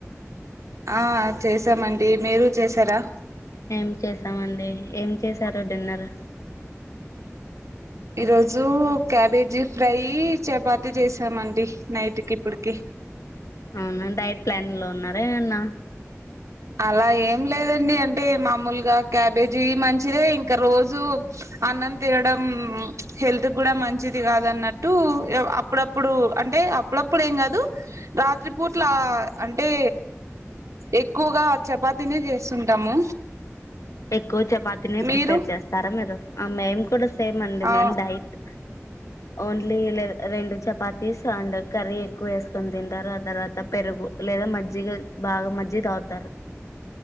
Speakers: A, on the right (about 75°); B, on the left (about 85°).
A: ఆ చేసామండి. మీరు చేసారా
B: మేం చేస్తామండి. ఏం చేసారు డిన్నర్
A: ఈరోజూ క్యాబేజీ ఫ్రై చపాతి చేసామండి నైట్కి ఇప్పిటికి
B: అవునా డైట్ ప్లాన్లో ఉన్నారా ఏమన్నా
A: అలా ఏం లేదండి అంటే మామూలుగా క్యాబేజీ మంచిదే ఇంక రోజు అన్నం తినడం హెల్త్ కూడా మంచిది కాదన్నట్టు అప్పుడప్పుడు అం టే అప్పుడప్పుడేమ్ కాదు రాత్రి పూట్ల అంటే ఎక్ క్కువగా చపాతినే‌ చేస్తుంటాము.
B: ఎక్కువ చపాతినే‌ ప్రిఫేర్
A: మీరు
B: చేస్తారా మీరు ఆ మేము‌కూడా సే సేమ్ అండి
A: ఆ
B: మేమ్ డైట్ ఓన్లీ లేద్ రెండు చపాతీస్ అండ్ కర్రీ ఎక్కువేసుకొని తింటారు. ఆ తర్వాత పెరుగు లేదా మజ్జిగా బాగా మజ్జిగ తాగ్తారు.